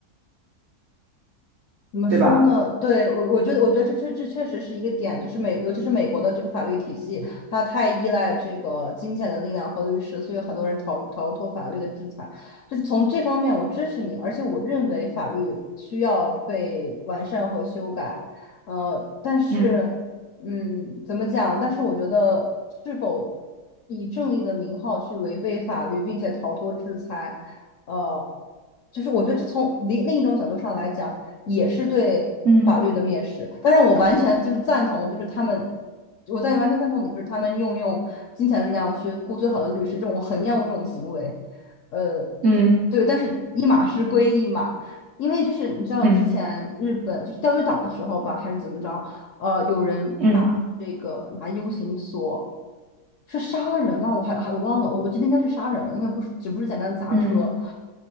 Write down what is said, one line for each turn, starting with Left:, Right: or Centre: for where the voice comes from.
Left: 怎么说呢？
Right: 对吧？
Left: 对，我，我觉得，我觉得这确这确实是一个点，就是美，尤其是美国的这个法律体系，它太依赖这个金钱的力量和律师，所以很多人逃逃脱法律的制裁。就是从这方面，我支持你，而且我认为法律需要被完善和修改。呃，但是，
Right: 嗯
Left: 嗯，怎么讲？但是我觉得，是否以正义的名号去违背法律，并且逃脱制裁，呃，就是我觉得这从另另一种角度上来讲。也是对法律的蔑视。
Right: 嗯
Left: 但是我完全就是赞同，就是他们，我在完全赞同你，就是他们用用金钱的力量去雇最好的律师，这种我很厌恶这种行为。呃，
Right: 嗯
Left: 对，但是一码事归一码，因为就是你知道之前日本就是钓鱼岛的时候吧，
Right: 嗯
Left: 还是怎么着，呃，有人把这个拿
Right: 嗯嗯
Left: U 型锁。是杀了人吗？我还还我忘了，我我记得应该是杀人了，应该不是，只不是简单的砸车。
Right: 嗯。嗯嗯